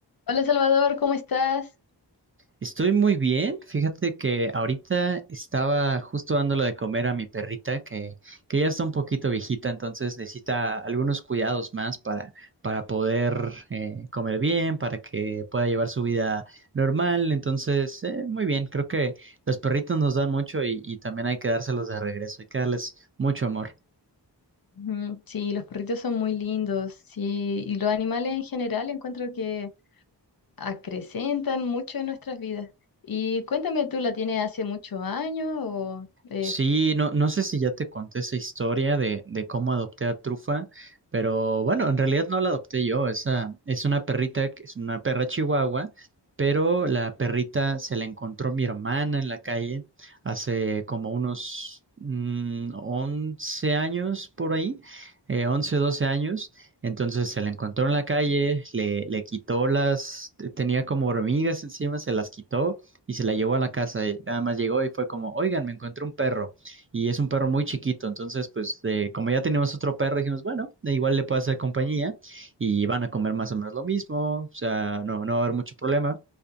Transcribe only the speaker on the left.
Hola Salvador, ¿cómo estás?
Ujú, Sí, los perritos son muy lindos, sí, y los animales en general encuentro que acrecentan mucho en nuestras vidas. Y cuéntame, ¿tú la tienes hace muchos años? O, eh,